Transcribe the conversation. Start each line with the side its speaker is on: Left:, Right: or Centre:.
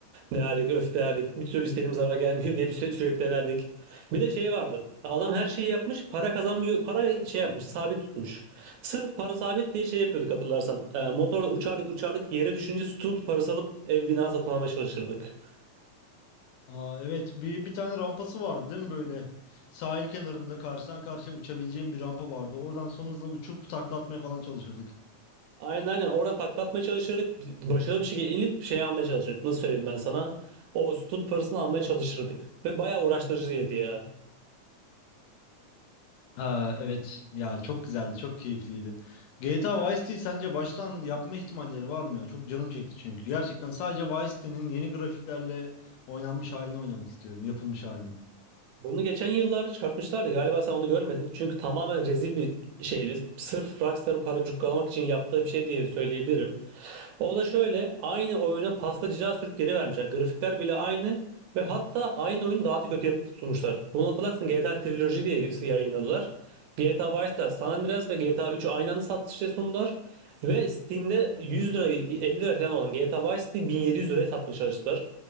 Right: derdik, öf derdik. Bir türlü istediğimiz araba gelmiyor diye bir süre, sürekli denerdik. Bir de şey vardı. Adam her şeyi yapmış. Para kazanmıyor. Para şey yapmış. Sabit tutmuş. Sırf para sabit diye şey yapıyorduk hatırlarsan. Ee, motorla uçardık uçardık. Yere düşünce tutunup parası alıp ev bina satın almaya çalışırdık.
Left: Aa, evet bir, bir tane rampası vardı değil mi böyle? Sahil kenarında karşıdan karşıya uçabileceğim bir rampa vardı. Oradan son hızla uçup taklatmaya falan çalışırdık.
Right: Aynen aynen. Oradan taklatmaya çalışırdık. Başarılı bir şekilde inip şey almaya çalışırdık. Nasıl söyleyeyim ben sana? O sütun parasını almaya çalışırdık. Ve bayağı uğraştırıcıydı ya.
Left: Aa, evet ya çok güzeldi çok keyifliydi. GTA Vice City sence baştan yapma ihtimalleri var mı ya? Çok canım çekti çünkü. Gerçekten sadece Vice City'nin yeni grafiklerle oynanmış halini oynamak istiyorum. Yapılmış halini.
Right: Bunu geçen yıllarda çıkartmışlardı. Galiba sen onu görmedin. Çünkü tamamen rezil bir şeydi. Sırf Rockstar'ın para cukkalamak için yaptığı bir şey diye söyleyebilirim. O da şöyle aynı oyuna pasta cila sürüp geri vermişler. Grafikler bile aynı ve hatta aynı oyunu daha da kötü yapıp sunmuşlar. Bunu hatırlarsın GTA Trilogy diye yayınladılar. GTA Vice City, San Andreas ve GTA 3'ü aynı anda satışa sundular. Ve Steam'de 100 lira 50 lira falan olan GTA Vice City 1700 liraya satmaya çalıştılar.